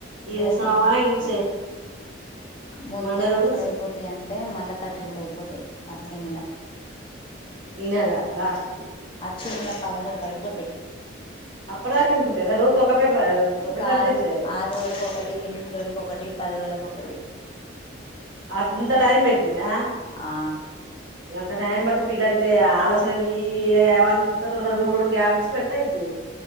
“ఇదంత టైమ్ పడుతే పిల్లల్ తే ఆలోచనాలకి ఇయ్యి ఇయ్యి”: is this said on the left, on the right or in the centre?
Right